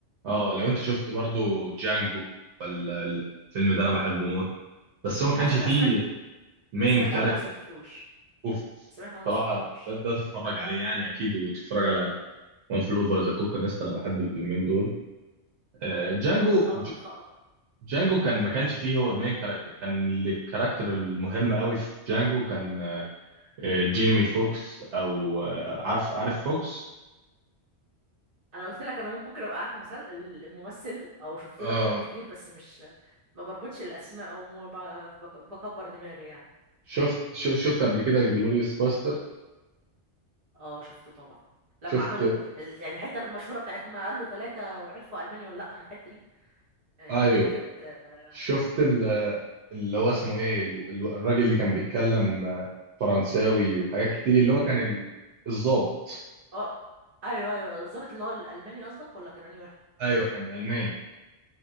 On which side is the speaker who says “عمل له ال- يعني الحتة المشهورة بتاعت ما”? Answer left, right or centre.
Right